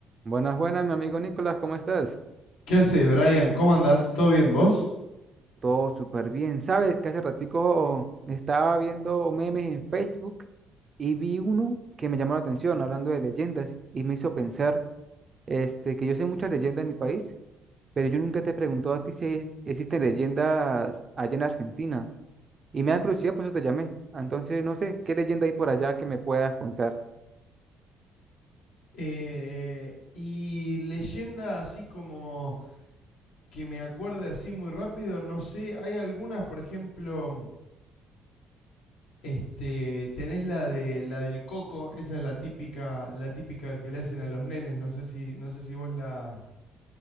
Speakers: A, on the right; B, on the left.
A: Buenas, buenas, mi amigo Nicolás, ¿cómo estás?
B: ¿Qué haces, Brian? ¿Cómo andás? ¿Todo bien vos?
A: Todo súper bien. Sabes que hace ratico estaba viendo memes en Facebook y vi uno que me llamó la atención hablando de leyendas y me hizo pensar, este, que yo sé muchas leyendas en mi país, pero yo nunca te he preguntado a ti si existen leyendas allá en Argentina. Y me da curiosidad, por eso te llamé. Entonces, no sé, ¿qué leyenda hay por allá que me puedas contar?
B: Eh, y leyenda así como que me acuerde así muy rápido, no sé, hay algunas, por ejemplo, este, tenés la de la del coco, esa es la típica, la típica que le hacen a los nenes, no sé si, no sé si vos la,